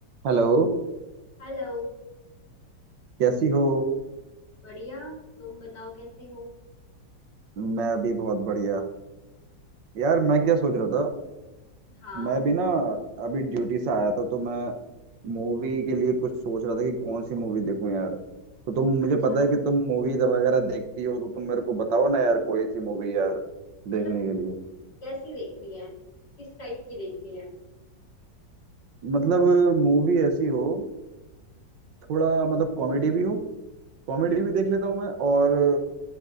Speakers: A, on the right; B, on the left.
A: Hello
B: Hello
A: कैसी हो
B: बढ़िया तुम बताओ कैसे हो
A: मैं अभी बहुत बढ़िया यार मैं क्या सोच रहा था
B: हाँ
A: मैं भी ना अभी ड्यूटी से आया था तो मैं मूवी के लिए कुछ सोच रहा था कि कौन सी मूवी देखूं यार तो तुम मुझे
B: अच्छा
A: पता है कि तुम मूवी वगैरह देखती हो तो तुम मेरे को बताओ ना यार कोई सी मूवी यार
B: मतलब
A: देखने के लिए
B: कैसी देखनी है किस टाइप की देखनी है
A: मतलब मूवी ऐसी हो थोड़ा मतलब कॉमेडी भी हो कॉमेडी भी देख लेता हूँ मैं और